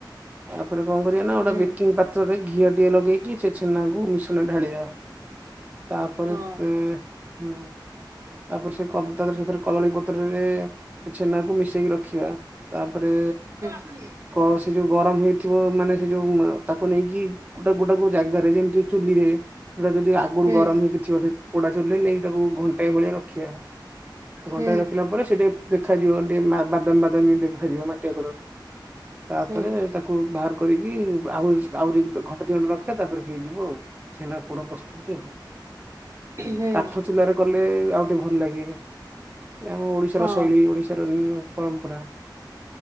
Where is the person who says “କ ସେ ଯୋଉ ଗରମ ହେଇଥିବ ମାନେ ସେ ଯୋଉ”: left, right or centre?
Right